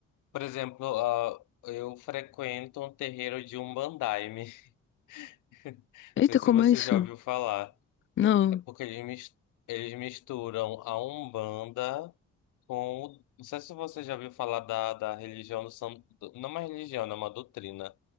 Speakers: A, on the left; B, on the left.
A: Por exemplo, ah, eu frequento um terreiro de Umbandaime. <laughs> Não
B: Eita,
A: sei se
B: como
A: você
B: é isso?
A: já ouviu falar.
B: Não.
A: Porque eles, mis- eles misturam a Umbanda com. Não sei se você já ouviu falar da, da religião do Santo. Não é uma religião, né, é uma doutrina.